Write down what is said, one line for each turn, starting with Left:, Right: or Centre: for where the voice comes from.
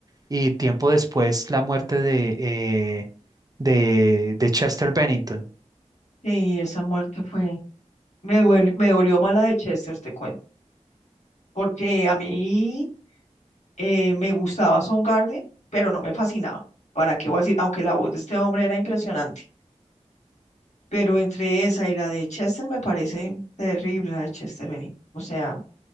Right: y tiempo después la muerte de, eh, de, de Chester Bennington.
Left: Sí, esa muerte fue, me duele, me dolió mala de Chester, te cuento. porque a mí eh, me gustaba Soundgarden, pero no me fascinaba. ¿Para qué voy a decir? Aunque la voz de este hombre era impresionante, pero entre esa y la de Chester me parece terrible la de Chester Bennington. O sea,